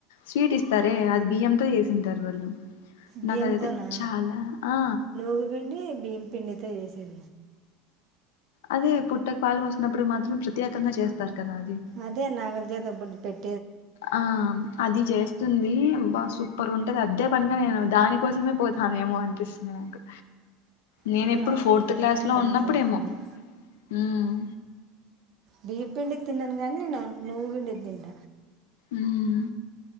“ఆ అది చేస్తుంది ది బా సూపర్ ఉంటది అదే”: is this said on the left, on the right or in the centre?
Left